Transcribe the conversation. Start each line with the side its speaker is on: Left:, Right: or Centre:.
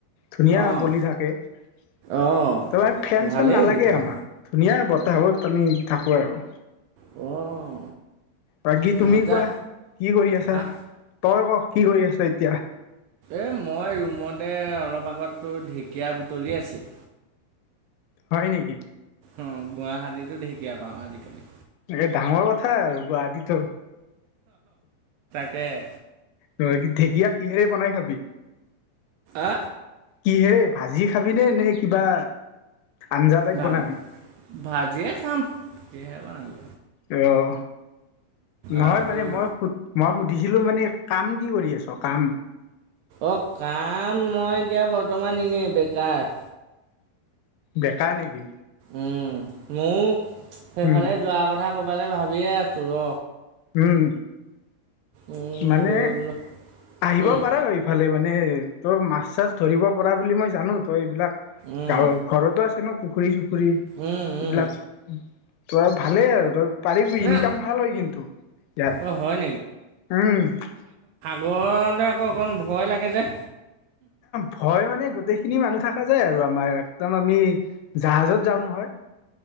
Left: ধুনীয়া
Right: অঁ
Left: বলি থাকে। তোৰ
Right: অঁ
Left: ফেন
Right: ভালেই
Left: চেন নালাগে,
Right: তেতিয়া
Left: আমাৰ ধুনীয়া বত বত আমি থাকোঁ আৰু
Right: অঁ।
Left: বাকী তুমি
Right: মজা
Left: কোৱা কি কৰি আছা
Right: হা
Left: তই ক কি কৰি আছ এতিয়া
Right: এই মই ৰুমতে অলপ আগতো ঢেঁকীয়া বুটলি আছিল।
Left: হয় নেকি!
Right: অঁ গুৱাহাতী টো ঢেকীয়া পাওঁ আজিকালি।
Left: এ ডাঙৰ কথা আৰু গুৱাহাটীতো।
Right: হেঁ!
Left: তই ঢেকীয়া কিহেৰে বনাই খাবি?
Right: আ
Left: কিহেৰে ভাজি খাবিনে নে কিবা! আঞ্জা টাইপ
Right: নাই
Left: বনাবি
Right: ভাজিয়ে খাম সহে বনালো।
Left: অঁ নহয়
Right: আৰু
Left: মানে
Right: তোৰ
Left: মই সু মই সুধি ছিলো মানে কাম কি কৰি আছ কাম?
Right: অঁ কাম মই এতিয়া বৰ্তমান এনে বেকাৰ।
Left: বেকাৰ নেকি?
Right: উম ময়ও সেইফালে
Left: উম
Right: যোৱা কথা ক'বালৈ ভাবিয়ে আছো ৰ।
Left: উম
Right: উম,
Left: মানে
Right: গৈ বোলো
Left: আহিব
Right: উম,
Left: পাৰা এইফালে মানে মানে তই মাছ- চাছ ধৰিব পৰা বুলি মই জানো তই এইবিলাক
Right: উম,
Left: গাঁৱ ঘৰতো আ! জানো পুখুৰী চুখুৰী
Right: উম,
Left: এইবিলাক
Right: উম
Left: তই ভালেই আৰু তই পাৰিবি
Right: না
Left: ইনকাম ভাল হয় কিন্তু ইয়াত।
Right: অঁ হয় বৰলৈ আকৌ অকণ ভয় লাগে যে।
Left: ভয় মানে। গোটেইখিনি মানুহ থকা যায় আৰু আমাৰ একদম আমি জাহাজত যাওঁ নহয়।